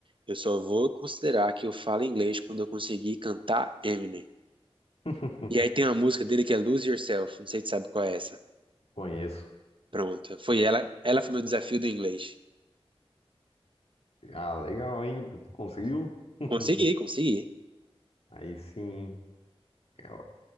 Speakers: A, on the right; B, on the left.
A: Eu só vou considerar que eu falo inglês quando eu conseguir cantar Eminem.
B: <laughs>
A: E aí tem uma música dele que é Lose Yourself. Não sei se tu sabe qual é essa.
B: Conheço.
A: Pronto. Foi ela. Ela foi meu desafio do inglês.
B: Ah, legal, hein? Você conseguiu? <laughs>
A: Consegui, consegui.
B: Aí sim. Eu-